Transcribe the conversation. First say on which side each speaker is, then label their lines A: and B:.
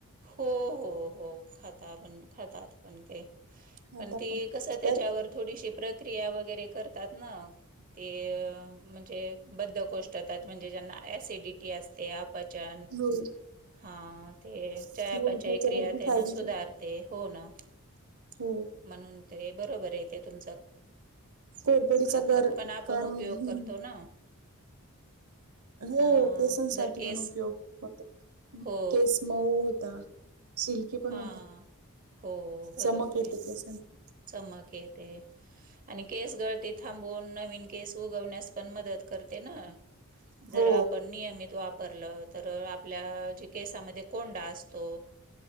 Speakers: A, on the right; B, on the right.
A: हो हो हो खात पण, खातात पण ते.
B: खाता
A: पण ती कसं त्याच्यावर
B: तर
A: थोडीशी प्रक्रिया वगैरे करतात ना. ते म्हणजे बद्धकोष्टातच म्हणजे ज्यांना ॲसिडिटी असते आप पचन
B: हो
A: हां ते चया
B: हो
A: पचय
B: त्याच्यावरती
A: क्रिया तेना
B: फायदेशीर
A: सुधार ते, हो ना.
B: हो!
A: म्हणून ते बरोबर आहे ते तुमचं.
B: कोरपडीचा
A: खातात
B: गर
A: पण आपण
B: काढून
A: उपयोग करतो ना
B: हो
A: हा
B: केसांसाठी
A: जर केस
B: पण उपयोग होतो
A: हो
B: केस मऊ होता. सिल्की पण
A: हा
B: होता
A: हो बरोबर
B: चमक येत
A: आहे
B: केसांना.
A: चमक येते. आणि केस गळती थांबवून, नवीन केस उगवण्यास पण मदत करते ना! जर
B: हो
A: आपण नियमित वापरल तर आपल्या जे केसामध्ये कोंडा असतो!